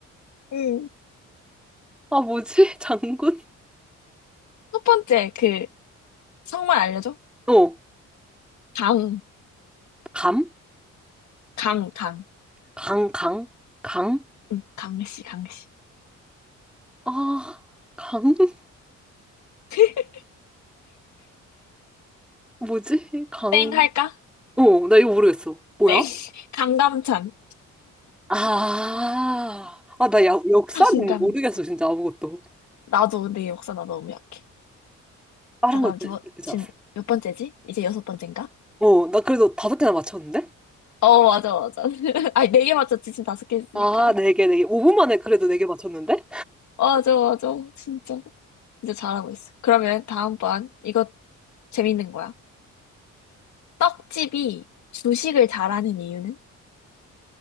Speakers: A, on the left (about 65°); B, in the centre.
A: 응.
B: 아, 뭐지? <laughs> 장군?
A: 첫 번째 그 성만 알려줘.
B: 어.
A: 강,
B: 감?
A: 강, 강.
B: 강, 강? 강?
A: 응, 강씨, 강씨.
B: 아, 강? <laughs>
A: <laughs>
B: 뭐지? 강.
A: 땡 할까?
B: 어, 나 이거 모르겠어. 뭐야?
A: 땡. <laughs> 강감찬.
B: 아, 아, 나 야, 역사는
A: 강감찬.
B: 모르겠어, 진짜 아무것도.
A: 나도 내 역사 나 너무 약해.
B: 다른
A: 자,
B: 것도
A: 그럼 두 번,
B: 괜찮았어.
A: 지금 몇 번째지? 이제 여섯 번째인가?
B: 어, 나 그래도 다섯 개나 맞췄는데?
A: 어, 맞아, 맞아. <laughs> 아니, 네 개 맞췄지. 지금 다섯 개 했으니까.
B: 아, 네 개, 네 개. 5분 만에 그래도 네 개 맞췄는데?
A: 맞아, 맞아. 진짜. 진짜 잘하고 있어. 그러면 다음번, 이거 재밌는 거야. 떡집이 주식을 잘하는 이유는?